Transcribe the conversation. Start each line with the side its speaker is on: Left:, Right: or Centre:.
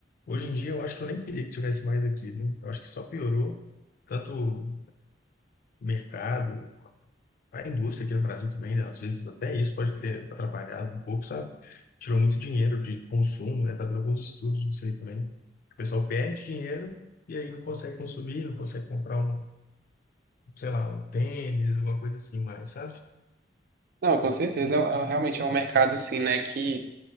Left: Hoje em dia, eu acho que eu nem queria que tivesse mais aqui, né? Eu acho que só piorou tanto o mercado, a indústria aqui no Brasil também, né, às vezes até isso pode ter atrapalhado um pouco, sabe? Tirou muito dinheiro de consumo, né? Tá vendo alguns estudos disso aí também. O pessoal perde dinheiro e aí não consegue consumir, não consegue comprar uma, sei lá, um tênis, uma coisa assim mais, sabe?
Right: Não, com certeza. É, um- é um- realmente é um mercado, assim, né? Que